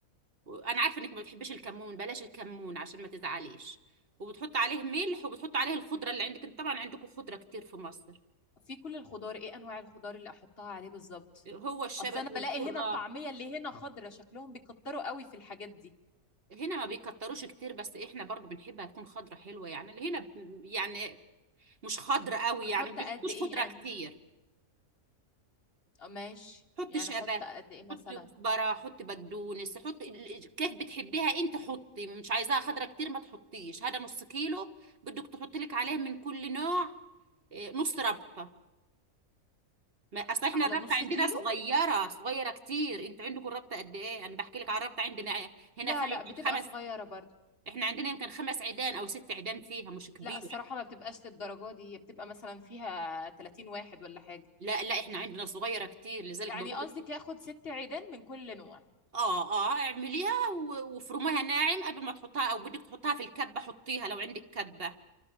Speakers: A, on the right; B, on the left.
A: وانا عارفه انك ما بتحبيش الكمون بلاش الكمون عشان ما تزعليش وبتحط عليه ملح وبتحط عليه الخضره اللي عندك انت طبعا عندكم خضره كتير في مصر
B: في كل الخضار ايه انواع الخضار اللي احطها عليه بالظبط
A: هو الشبت
B: اصل انا
A: والكرات
B: بلاقي هنا الطعميه اللي هنا خضره شكلهم بيكتروا قوي في الحاجات دي
A: هنا ما بيكتروش كتير بس احنا برضو بنحبها تكون خضره حلوه يعني اللي هنا ب- يعني مش خضره قوي يعني
B: احط
A: ما بيحطوش
B: قد ايه
A: خضره
B: يعني
A: كتير
B: آه، ماشي
A: حط
B: يعني
A: شبت
B: احط قد ايه مثلا
A: حط كزبره حط بقدونس حط ال- كيف بتحبيها انت حطي مش عايزاها خضره كتير ما تحطيش هذا نص كيلو بدك تحطي لك عليه من كل نوع إيه، نص ربطة ما اصل احنا
B: على
A: الربطة
B: نص
A: عندنا
B: كيلو
A: صغيرة صغيرة كتير انتوا عندكم الربطة قد ايه انا بحكي لك على الربطة عندنا هنا
B: لا
A: فيها
B: لا
A: يمكن
B: بتبقى
A: خمس
B: صغيره برضه
A: احنا عندنا يمكن خمس عيدان او ست عيدان فيها مش كبيرة
B: لا الصراحة ما بتبقاش للدرجة دي هي بتبقى مثلا فيها 30 واحد ولا حاجة
A: لا لا احنا عندنا صغيرة كتير لذلك
B: يعني
A: بقول
B: قصدك
A: لك
B: ياخد ست عيدان من كل نوع
A: اه اه اعمليها و- وافرميها ناعم قبل ما تحطها او بدك تحطها في الكبة حطيها لو عندك كبة